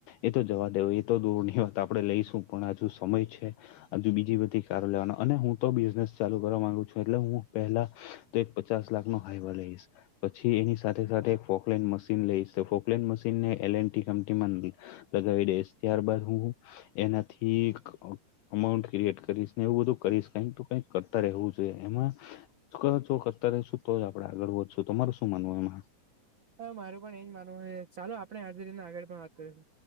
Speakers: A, on the left (about 80°); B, on the right (about 80°).
A: એતો જવા દેવ એતો દોર ની વાત આપડે લઈશું પણ હજુ સમય છે. હજુ બીજી બધી કારો લેવાનો અને હું તો બિઝનેસ ચાલુ કરવા ગુ છું, એટલે હું પહેલા તો એક પચાસ લાખ નો હાઈવા લઈશ પછી એની સાથે સાથે ફોકલેન મશીન લઈસ ફોકલેન મશીનને એલ એન ટી કંપનીમાં લગાવી દઈશ ત્યારબદ હું એનાથી અમાઉન્ટ ક્રિએટ કરીશ ને એવું બધું કરીશ કઈક તો કઈક કરતા રહેવું છે, એમાં <unintelligible> કરતા રહેશું તો આપણે આગળ વધશું તમાર શું માનવું એમાં?
B: હા મારું પણ એ જ માનવું ચાલો આપણે હાજરીને આગળ પણ વાત કરીશું.